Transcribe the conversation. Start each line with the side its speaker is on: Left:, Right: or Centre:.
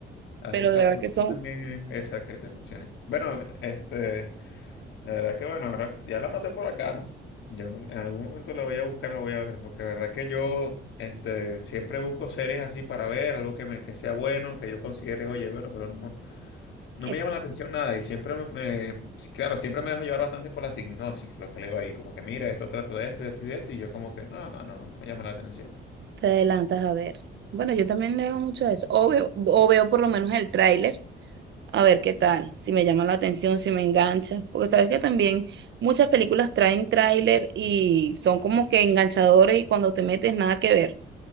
Left: así
Right: Pero
Left: tal
Right: de verdad
Left: cual,
Right: que son,
Left: sí también es esa que te mencioné. Bueno, este... La verdad que bueno, ahora ya la anoté por acá, ¿no? Yo en algún momento la voy a buscar, la voy a ver, porque la verdad que yo este, siempre busco series así para ver, algo que, me, que sea bueno, que yo considere, oye, bueno, pero no, no
Right: eh,
Left: me llama la atención nada y siempre me, me- sí, claro, siempre me dejo llevar bastante por la sinopsis, lo que leo ahí, como que mira, esto trata de esto, de esto y de esto, y yo como que no, no, no no me llama la atención.
Right: te adelantas a ver. Bueno, yo también leo mucho de eso. O veo, o veo por lo menos el tráiler, a ver qué tal, si me llama la atención, si me engancha. Porque sabes que también muchas películas traen tráiler y son como que enganchadores y cuando te metes nada que ver.